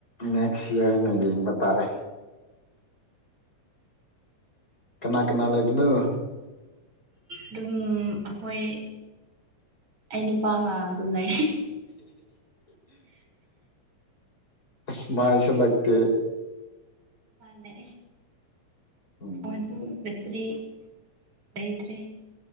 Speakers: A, on the left (about 25°); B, on the right (about 45°).
A: ꯅꯦꯛꯁ ꯏꯌꯥꯔꯅ ꯌꯦꯡꯕ ꯇꯥꯔꯦ ꯀꯅꯥ ꯀꯅꯥ ꯂꯩ ꯑꯗꯨꯅꯣ
B: ꯑꯗꯨꯝ ꯑꯩꯈꯣꯏ ꯑꯩ ꯅꯨꯄꯥꯒ ꯑꯗꯨꯝ ꯂꯩ
A: ꯑꯁꯃꯥꯏꯁ ꯂꯒꯇ
B: ꯃꯥꯗꯦ
A: ꯎꯝ
B: ꯐ ꯑꯗꯨ ꯔꯤ ꯂꯩꯇ꯭ꯔꯤ